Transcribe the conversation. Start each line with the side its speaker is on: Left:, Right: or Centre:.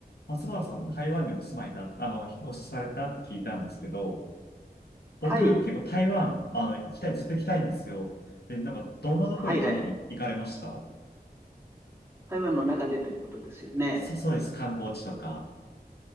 Left: 松原さん、台湾にお住まいだ、あの、引っ越しされたって聞いたんですけど、僕、
Right: はい、
Left: 結構台湾、あの、行きたい、ずっと行きたいんですよ。で、なんか、どんなとこ今まで行かれました
Right: はいはい。台湾の中でということですよね。
Left: そ、そうです。観光地とか、